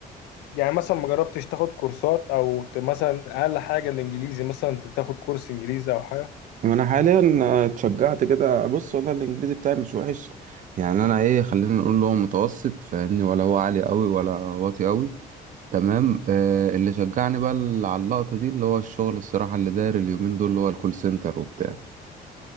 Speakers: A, on the left; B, on the right.
A: يعني مثلا ما جربتش تاخد كورسات او ت- مثلا اقل حاجه الانجليزي مثلا ت- تاخد كورس انجليزي او حاجه
B: وانا حاليا آه، اتشجعت كده بص انا الانجليزي بتاعي مش وحش يعني انا ايه خلينا نقول له متوسط فاهمني ولا هو عالي قوي ولا واطي قوي تمام آه اللي شجعني بقى ال- على اللقطة دي اللي هو الشغل الصراحة اللي داير اليومين دول اللي هو الكول سنتر وبتاع